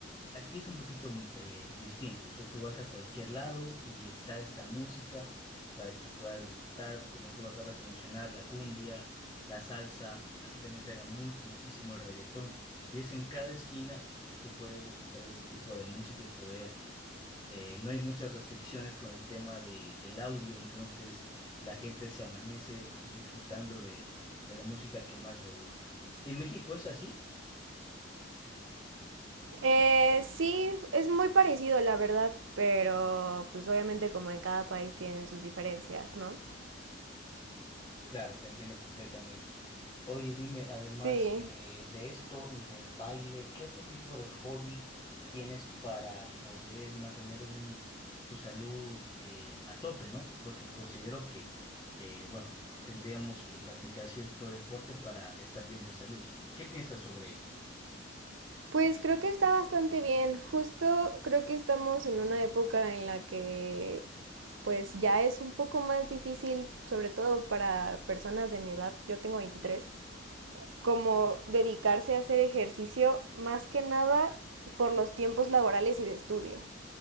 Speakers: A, on the left (about 20°); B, on the right (about 85°).
A: Aquí es un poquito eh, distinto. O sea, tú vas a cualquier lado y está esta música para que tú puedas disfrutar, como tú acabas de mencionar, la cumbia, la salsa. Aquí también pega mucho, muchísimo el reggaetón. Y es en cada esquina que tú puedes disfrutar ese tipo de música y poder. eh, no hay muchas restricciones con el tema del, del audio, entonces la gente se amanece disfrutando de, de la música que más le gusta. ¿En México es así?
B: Eh, sí, es muy parecido, la verdad, pero pues obviamente como en cada país tienen sus diferencias, ¿no?
A: Claro, te entiendo completamente. Oye, dime, además
B: Sí.
A: eh, de esto, del baile, ¿qué otro tipo de hobby tienes para poder mantener un, tu salud eh, a tope, ¿no? Porque considero que, eh, bueno, tendríamos que practicar cierto deporte para estar bien de salud. ¿Qué piensas sobre ello?
B: Pues creo que está bastante bien. Justo creo que estamos en una época en la que pues ya es un poco más difícil, sobre todo para personas de mi edad, yo tengo 23, como dedicarse a hacer ejercicio más que nada por los tiempos laborales y de estudio.